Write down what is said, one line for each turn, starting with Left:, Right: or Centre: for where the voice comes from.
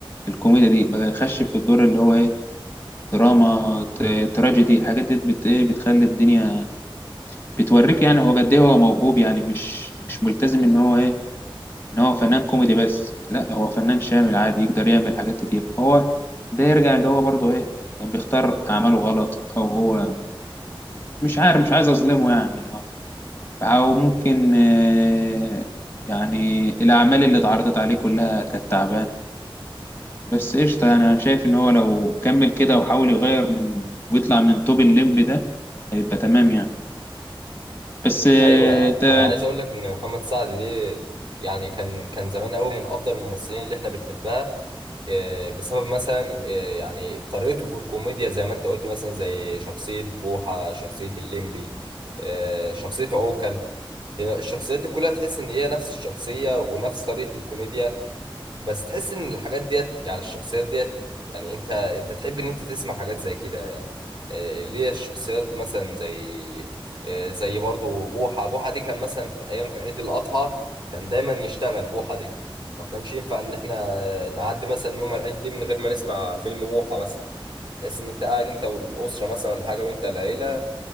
Left: الكوميديا دي بقى يخش في الدور اللي هو ايه دراما ت- تراجيدي الحاجات دي بت ايه بتخلي الدنيا بتوريك يعني هو قد ايه هو موهوب يعني مش مش ملتزم ان هو ايه ان هو فنان كوميدي بس لا هو فنان شامل عادي يقدر يعمل حاجات كتير هو ده يرجع اللي هو برضو ايه كان بيختار اعماله غلط او هو مش عارف مش عايز اظلمه يعني أو ممكن آه، يعني الأعمال اللي اتعرضت عليه كلها كانت تعبانة بس قشطة يعني أنا شايف إن هو لو كمل كده وحاول يغير من ويطلع من طوب الليمب ده هيبقى تمام يعني بس آه،
Right: ايوه
Left: أنت
Right: انا عايز اقول لك ان محمد سعد ده يعني كان كان زمان قوي من افضل الممثلين اللي احنا بنحبها آه، بسبب مثلا آه، يعني طريقته في الكوميديا زي ما انت قلت مثلا زي شخصية بوحة شخصية الليمبي آه، شخصية عوكل هي الشخصيات دي كلها تحس ان هي نفس الشخصية ونفس طريقة الكوميديا بس تحس ان الحاجات ديت يعني الشخصيات ديت يعني انت انت تحب ان انت تسمع حاجات زي كده يعني آه، ليه الشخصيات مثلا زي آه، زي برضو بوحة بوحة دي كان مثلا في ايام في عيد الاضحى كان دايما يشتغل بوحة دي ما كانش ينفع ان احنا آه، نعدي مثلا يوم العيد دي من غير ما نسمع فيلم بوحة مثلا بس ان انت قاعد انت والاسره مثلا ولا حاجه وانت العيله